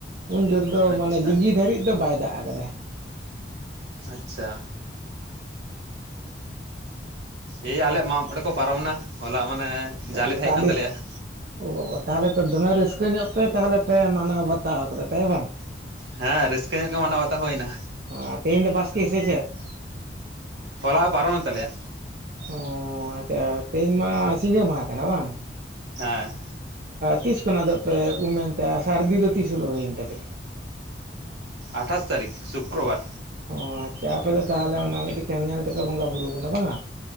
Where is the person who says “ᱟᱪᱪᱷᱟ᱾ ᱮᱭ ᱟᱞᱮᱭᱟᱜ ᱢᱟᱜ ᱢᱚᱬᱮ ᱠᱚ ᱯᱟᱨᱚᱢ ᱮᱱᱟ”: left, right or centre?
Right